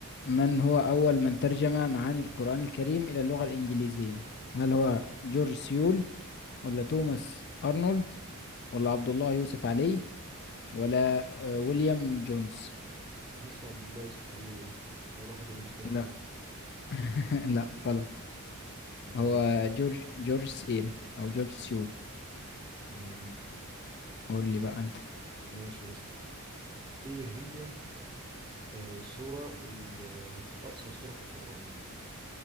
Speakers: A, on the left (about 50°); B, on the right (about 20°).
A: من هو أول من ترجم معاني القرآن الكريم إلى اللغة الإنجليزية هل هو جورج سيول ولا توماس أرنولد ولا عبد الله يوسف علي ولا آه، ويليام جونز
B: حاسه عبد الله يوسف علي ده هو الوحيد اللي مختلف
A: لا
B: عنه
A: <laughs> لا غلط
B: امال
A: هو
B: مين
A: جورج جورج سيل أو جورج سيول
B: امم
A: قول لي بقى انت
B: ماشي يا اسطى ايه هي آه سورة ال- آه، اقصر سورة في القرآن